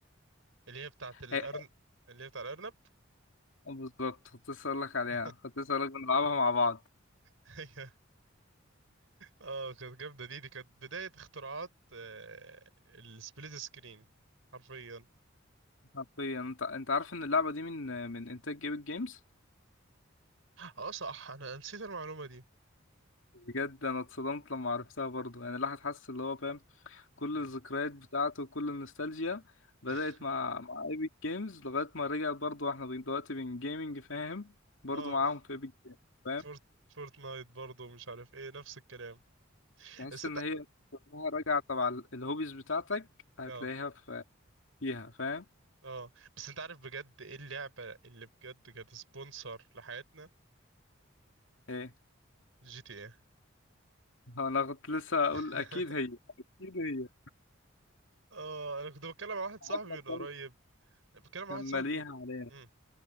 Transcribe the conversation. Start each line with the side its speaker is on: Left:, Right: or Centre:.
Right: اللي هي بتاعة الأرن
Left: هي
Right: اللي هي بتاع الأرنب
Left: بالظبط كنت لسه اقول لك عليها
Right: <laughs>
Left: كنت لسه اقول لك بنلعبها مع بعض
Right: هي اه كانت جامدة دي دي كانت بداية اختراعات آه، السبليت سكرين حرفيا
Left: حرفيا انت انت عارف ان اللعبة دي من آه، من انتاج جيبت جيمز
Right: اه صح أنا نسيت المعلومة دي
Left: بجد انا اتصدمت لما عرفتها برضو يعني الواحد حاسس اللي هو فاهم كل
Right: مم.
Left: الذكريات بتاعته وكل النوستالجيا بدأت
Right: <laughs>
Left: مع مع ايبك جيمز لغاية ما رجع برضو احنا بن- دلوقتي بين جيمنج فاهم برضو
Right: اه
Left: معاهم في ايبك جيمز فاهم
Right: فورت فورتنايت برضه مش عارف ايه نفس الكلام
Left: تحس
Right: بس انت
Left: ان هي كلها راجعة تبع ال- الهوبيز بتاعتك هتلاقيها
Right: اه
Left: في فيها فاهم
Right: اه بس انت عارف بجد ايه اللعبة اللي بجد كانت سبونسر لحياتنا
Left: ايه
Right: جي تي ايه
Left: هو انا كنت لسه
Right: <laughs>
Left: اقول اكيد هي اكيد هي
Right: اه انا كنت بتكلم مع واحد
Left: حتى
Right: صاحبي من
Left: الثالث
Right: قريب بتكلم مع
Left: كان
Right: واحد
Left: مليها
Right: صاحبي من...
Left: علينا
Right: مم.